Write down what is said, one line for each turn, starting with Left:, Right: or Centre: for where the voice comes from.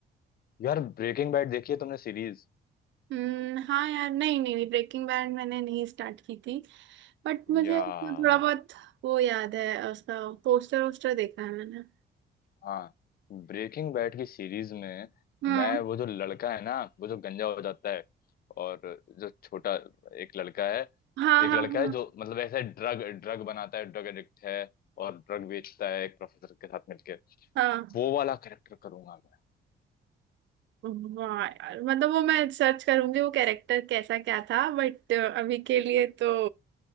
Left: यार ब्रेकिंग बैड देखी है तुमने सीरीज
Right: हम्म हाँ यार नहीं नहीं नहीं ब्रेकिंग बैड मैंने नहीं स्टार्ट की थी बट मुझे
Left: यार
Right: उसका थोड़ा बहुत वो याद है उसका पोस्टर वोस्टर देखा है मैंने
Left: हाँ ब्रेकिंग बैड की सीरीज में
Right: हाँ
Left: मैं वो जो लड़का है ना वो जो गंजा हो जाता है और जो छोटा एक लड़का है
Right: हाँ
Left: एक
Right: हाँ
Left: लड़का है
Right: हाँ
Left: जो मतलब ऐसे ड्रग ड्रग बनाता है ड्रग एडिक्ट है और ड्रग बेचता है एक प्रोफेसर के साथ मिलके
Right: हाँ
Left: वो वाला कैरेक्टर करूंगा मैं
Right: वाह यार मतलब वो मैं सर्च करूंगी वो कैरेक्टर कैसा क्या था बट अभी के लिए तो